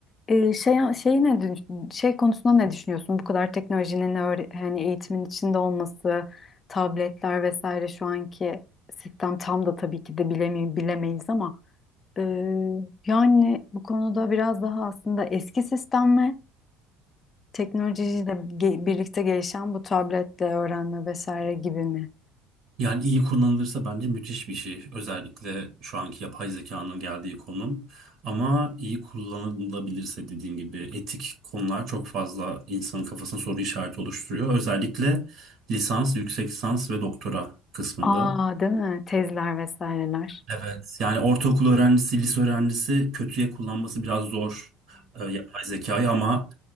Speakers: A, on the left; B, on the right.
A: Ee, şey şey ne dün- şey konusunda ne düşünüyorsun? Bu kadar teknolojinin öğre- hani eğitimin içinde olması, tabletler vesaire şu anki sistem tam da tabii ki de bilemi bilemeyiz ama e, yani bu konuda biraz daha aslında eski sistem mi? Teknolojiyle ge- birlikte gelişen bu tabletle öğrenme vesaire gibi mi?
B: Yani iyi kullanılırsa bence müthiş bir şey. Özellikle şu anki yapay zekanın geldiği konum. Ama iyi kullanılabilirse dediğim gibi etik konular çok fazla insanın kafasına soru işareti oluşturuyor. Özellikle lisans, yüksek lisans ve doktora kısmında.
A: Aa değil mi? Tezler vesaireler.
B: Evet. Yani ortaokul öğrencisi, lise öğrencisi kötüye kullanması biraz zor e, yapay zekayı ama